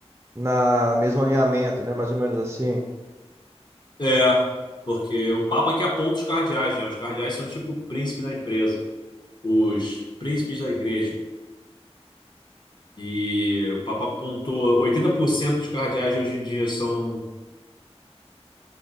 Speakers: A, on the right; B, on the left.
A: na mesmo alinhamento, né? Mais ou menos assim.
B: É, porque o Papa que aponta os cardeais, né? Os cardeais são tipo o príncipe da empresa, os príncipes da igreja. E o Papa apontou 80% dos cardeais hoje em dia são